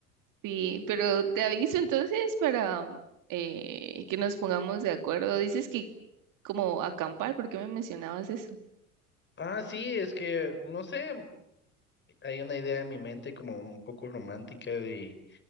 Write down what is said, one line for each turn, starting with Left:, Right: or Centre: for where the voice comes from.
Right: Sí, pero te aviso entonces para mm, eh, que nos pongamos de acuerdo. Dices que como acampar, ¿por qué me mencionabas eso?
Left: Ah, sí, es que, no sé, hay una idea en mi mente como un poco romántica de,